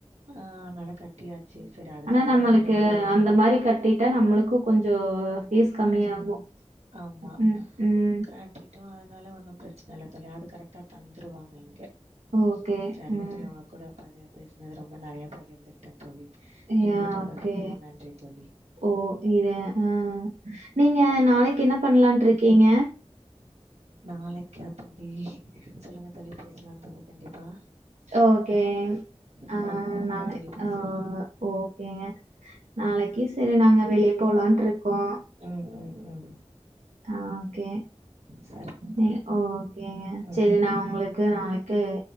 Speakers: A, on the right; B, on the right.
A: ஆஹ் நல்லா கட்டியாச்சு சரி அதுக்கப்புறம்
B: ஆனா நம்மளுக்கு
A: நடுவுல
B: அந்த மாதிரி கட்டிட்டா நம்மளுக்கும் கொஞ்சம் ஃபீஸ் கம்மியாகும்
A: ம் ஆமா
B: ம் ம்
A: கட்டிட்டோ அதனால ஒன்னும் பிரச்சன இல்ல தோழி அது கரெக்டா தந்துருவாங்க இங்க
B: ஓகே
A: <unintelligible>
B: ம்
A: தோழி உங்க கூட பகர் பேசினது ரொம்ப நெறயா பகர்ந்துக்கிட்டேன் தோழி பின்பு
B: யா
A: தொடர்பு
B: ஓகே
A: கொள்ளோ நன்றி தோழி
B: ஓ இ ஆஹ் நீங்க நாளைக்கு என்ன பண்ணலான்ட்டு இருக்கீங்க
A: நாளைக்கா தோழி சொல்லுங்க தோழி பேசலா தோழி கண்டிப்பா
B: ஓகே ஆஹ்
A: கால் பண்ணுங்க
B: நாளை
A: தோழி பேசலா
B: ஆஹ் ஓகேங்க நாளைக்கு செரி நாங்க வெளிய போலான்ட்டு இருக்கோ
A: ம் ம் ம்
B: ஹ ஓகே
A: சரிங்க தோழி
B: ஹ் ஓகேங்க
A: ம்
B: சரி நா
A: ம்
B: உங்களுக்கு நாளைக்கு